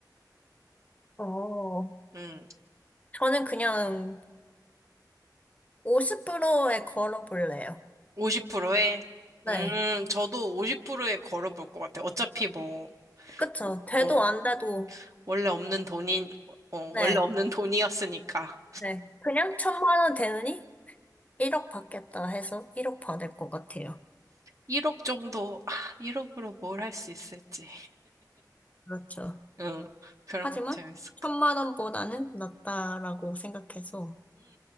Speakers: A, on the left; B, on the right.
A: 어,
B: 음,
A: 저는 그냥 50%에 걸어볼래요.
B: 50%에
A: 네.
B: 음, 저도 50%에 걸어볼 것 같아요. 어차피 뭐,
A: 그쵸.
B: 어,
A: 돼도
B: 어,
A: 안 돼도
B: 원래 없는 돈인, 어,
A: 네,
B: 원래 없는 돈이었으니까.
A: 네. 그냥 천만 원 되느니 1억 받겠다 해서 1억 받을 것 같아요.
B: 1억 정도, 아, 1억으로 뭘 할 수 있을지.
A: 그렇죠.
B: 응, 그런
A: 하지만
B: 것도 재밌을 것
A: 천만
B: 같아요.
A: 원보다는 낫다라고 생각해서,